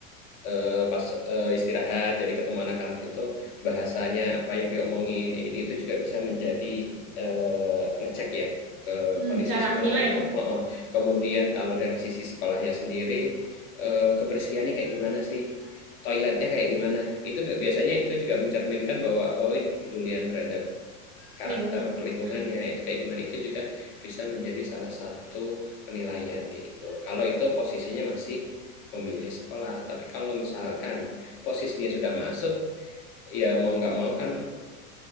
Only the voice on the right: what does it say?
Hmm.
Cara
menilai
lah
lingkungan.
Hmm.